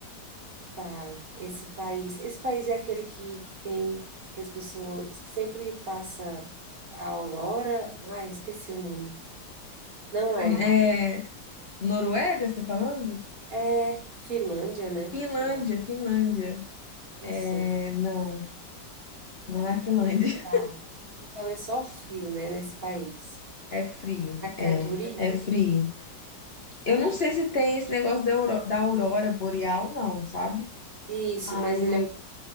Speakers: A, on the right; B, on the left.
A: tá, esse país, esse país é aquele que, que tem, que as pessoas, que sempre passa a aurora, ai, eu esqueci o nome, não é,
B: É. Noruega, você tá falando?
A: é Finlândia, né?
B: Finlândia,
A: Eu
B: Finlândia.
A: isso,
B: É. Não, não é a Finlândia.
A: tá, então é só frio, né, nesse país,
B: É frio,
A: mas
B: é,
A: é turístico?
B: é frio. Eu não sei se tem esse negócio da auro- da aurora boreal, não, sabe?
A: Isso,
B: Mas,
A: mas ele é,